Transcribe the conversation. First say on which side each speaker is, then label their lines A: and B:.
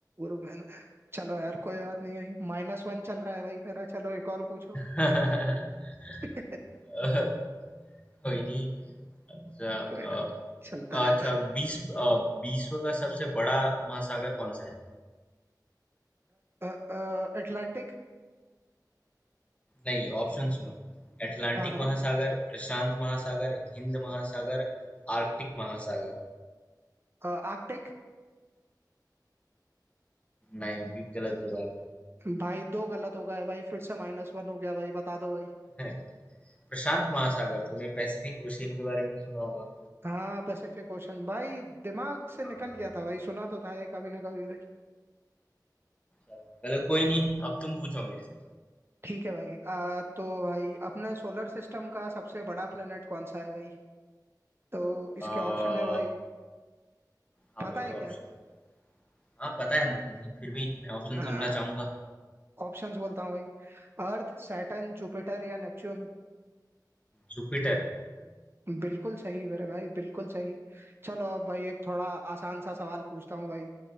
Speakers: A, on the right; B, on the left.
A: उरुग्वे है ना। चलो यार कोई बात नहीं है माइनस वन चल रहा है भाई मेरा चलो एक और पूछो
B: <laughs>
A: <laughs>
B: कोई नहीं अच्छा
A: कोई
B: अ,
A: ना चलता
B: अच्छा
A: रहता है
B: बीस अ, विश्व का सबसे बड़ा महासागर कौन सा है
A: अटलांटिक
B: नहीं ऑप्शन सुनो अटलांटिक
A: हाँ हाँ
B: महासागर प्रशांत महासागर हिंद महासागर आर्कटिक महासागर
A: आर्कटिक
B: नहीं भी गलत जवाब
A: भाई दो गलत हो गए भाई फिर से माइनस वन हो गया भाई बता दो भाई
B: है प्रशांत महासागर तुमने पैसिफिक ओशियन के बारे में सुना होगा
A: हाँ पैसिफिक ओशन भाई दिमाग से निकल
B: हाँ
A: गया था भाई सुना तो था ये कभी ना कभी भाई
B: अच्छा। चलो कोई नहीं अब तुम पूछो मेरे से
A: ठीक है भाई आ, तो भाई अपने सोलर सिस्टम का सबसे बड़ा प्लेनेट कौन सा है भाई तो इसके
B: आ,
A: ऑप्शन है भाई
B: हाँ
A: पता
B: बोलो
A: है
B: ऑप्शन
A: क्या
B: हाँ पता है मुझे नहीं फिर भी मैं ऑप्शन
A: हाँ
B: सुनना चाहूंगा
A: ऑप्शंस बोलता हूँ भाई अर्थ सैटर्न जुपिटर या नेपच्यून
B: जुपिटर
A: बिल्कुल सही मेरे भाई बिल्कुल सही चलो अब भाई एक थोड़ा आसान सा सवाल पूछता हूँ भाई